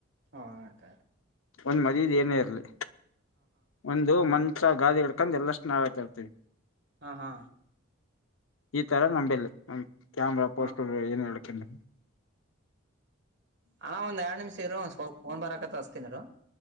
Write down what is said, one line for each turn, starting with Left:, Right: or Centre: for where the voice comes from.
Right: ಹಾ ಆದ.
Left: ಒಂದ್ ಮದಿವೀದ ಏನೇ ಇರಲಿ ಒಂದು ಮ ಗಾದಿ ಗಡ್ಕಂಡ್ ಎಲ್ಲಾ ಷ್ಟ ನಾವೇ ತರ್ತೀವಿ.
Right: ಹಾ ಹಾ
Left: ಈ ತರ ನಂಬಲ್ಲಿ ನ ಕ್ಯಾಮ್ರಾ ಪೋಸ್ಟರ್
Right: ಹಾ
Left: ಏನ್ ಹೇಳ್ಕಿಲ್ಲ.
Right: ಹಾ ಒಂದ್ ಎರಡ್ ನಿಮಿಷ ಇರು ಸ್ವಪ ಫೋನ್ ಬಾರಕತ್ತ ಅಸ್ತೀನಿರ.